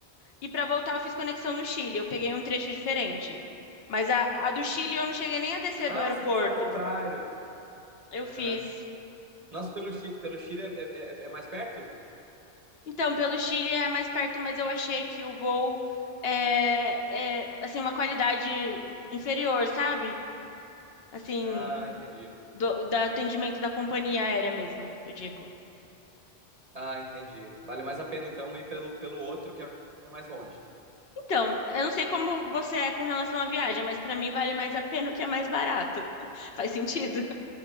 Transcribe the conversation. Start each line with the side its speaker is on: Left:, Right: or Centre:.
Left: e para voltar eu fiz conexão no Chile. Eu peguei um trecho diferente. Mas a, a do Chile eu não cheguei nem a descer
Right: Ah,
Left: do aeroporto.
Right: você fez ao contrário.
Left: Eu
Right: Aham.
Left: fiz.
Right: Nossa, pelo, Chi- pelo Chile é, é- é- é mais perto?
Left: Então, pelo Chile é mais perto, mas eu achei que o voo é, é assim uma qualidade inferior, sabe? Assim,
Right: Ah, entendi.
Left: do, do atendimento da companhia aérea mesmo, eu digo.
Right: Ah, entendi. Vale mais a pena, então, ir pelo, pelo outro, que é mais longe.
Left: Então, eu não sei como você é com relação à viagem, mas para mim vale mais a pena o que é mais barato. <laughs> Faz sentido?